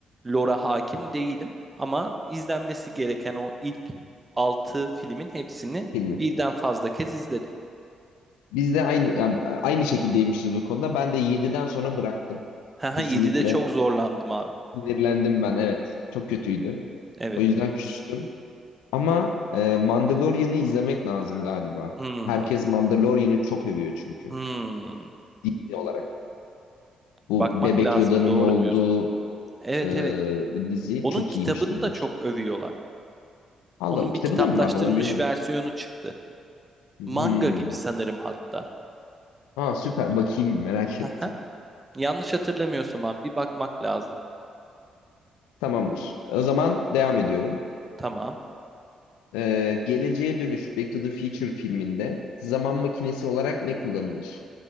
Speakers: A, on the right; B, on the left.
A: lore'a hakim değilim ama izlenmesi gereken o ilk 6 filmin hepsini
B: filmi.
A: birden fazla kez izledim.
B: Biz de aynı yani aynı şekildeymişiz bu konuda. Ben de yediden sonra bıraktım.
A: <laughs> Haha
B: Kesinlikle
A: 7'de çok zorlandım abi.
B: sinirlendim ben. Evet. Çok kötüydü.
A: Evet.
B: O yüzden küstüm. Ama e, Mandalorian'ı izlemek lazım galiba.
A: Hmm,
B: Herkes Mandalorian'ı çok övüyor çünkü.
A: hmm.
B: Dizi olarak. Bu
A: Bakmak
B: Bebek
A: lazım.
B: Yoda'nın
A: Doğru
B: olduğu
A: diyorsun. Evet
B: e,
A: evet.
B: dizi
A: Onun
B: çok
A: kitabını
B: iyiymiş diyorlar.
A: da çok övüyorlar.
B: Allah
A: Onun
B: kitabı
A: bir kitaplaştırılmış
B: da mı vardı? Onu bilmiyordum.
A: versiyonu çıktı.
B: Hmm.
A: Manga gibi sanırım hatta.
B: Aa, süper. Bakayım merak
A: <laughs> Haha.
B: ettim.
A: Yanlış hatırlamıyorsam abi bir bakmak lazım.
B: Tamamdır. O zaman devam ediyorum.
A: Tamam.
B: Ee, Geleceğe Dönüş Back to the Future filminde zaman makinesi olarak ne kullanılır?